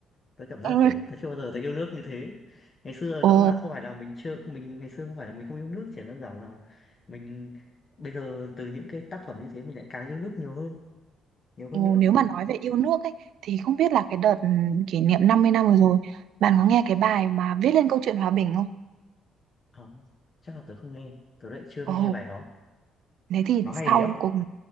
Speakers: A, on the left; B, on the right.
A: tớ cảm giác
B: Ừ.
A: kiểu tớ chưa bao giờ tớ yêu nước như thế ngày xưa
B: Ồ.
A: rõ ràng không phải là mình chưa mình ngày xưa không phải là mình không yêu nước chỉ đơn giản là mình bây giờ từ những cái tác phẩm như thế mình lại càng yêu nước nhiều hơn nhiều hơn
B: Ồ,
A: nữa
B: nếu mà nói về yêu nước ấy thì không biết là cái đợt ừ, kỷ niệm 50 năm vừa rồi bạn có nghe cái bài mà viết lên câu chuyện hòa bình không?
A: Ờ, chắc là tớ không nghe tớ lại chưa
B: Ồ,
A: nghe bài đó
B: thế thì
A: nó hay
B: sau
A: đấy không
B: cùng